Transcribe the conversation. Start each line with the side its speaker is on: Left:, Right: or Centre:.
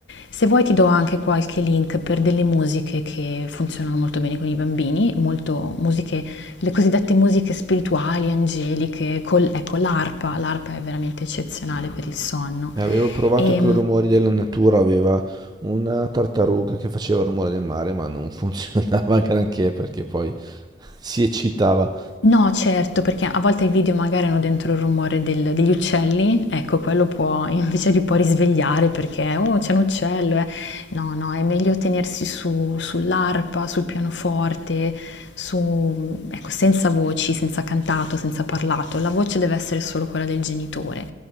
Left: Se vuoi ti do anche qualche link per delle musiche che funzionano molto bene con i bambini, molto musiche, le cosiddette musiche spirituali, angeliche, col- ecco l'arpa, l'arpa è veramente eccezionale per il sonno.
Right: Avevo provato
Left: E,
Right: con i rumori della natura, aveva una tartaruga che faceva il rumore del mare, ma non funzionava <laughs> granché perché poi <laughs> si eccitava.
Left: No, certo, perché a volte i video magari hanno dentro il rumore del- degli uccelli, ecco, quello può <laughs> invece li può risvegliare perché, oh, c'è un uccello. eh". No, no, è meglio tenersi su, sull'arpa, sul pianoforte, su, ecco, senza voci, senza cantato, senza parlato. La voce deve essere solo quella del genitore.